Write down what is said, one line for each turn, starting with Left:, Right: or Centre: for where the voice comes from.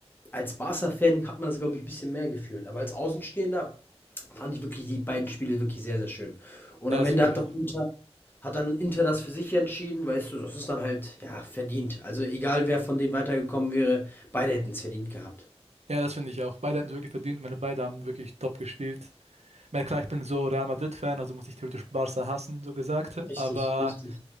Left: als Barca-Fan hat man das, glaube ich, ein bisschen mehr gefühlt. Aber als Außenstehender fand ich wirklich die beiden Spiele wirklich sehr, sehr schön. Und
Right: Ja,
Left: am
Right: das
Left: Ende
Right: finde
Left: hat
Right: ich auch.
Left: dann Inter, hat dann Inter das für sich entschieden, weißt du, das ist dann halt, ja, verdient. Also egal, wer von denen weitergekommen wäre, beide hätten es verdient gehabt.
Right: Ja, das finde ich auch. Beide hatten es wirklich verdient. Meine beide haben wirklich top gespielt. Ich meine, klar, ich bin so Real Madrid-Fan, also muss ich theoretisch Barca hassen, so gesagt.
Left: Richtig,
Right: Aber
Left: richtig.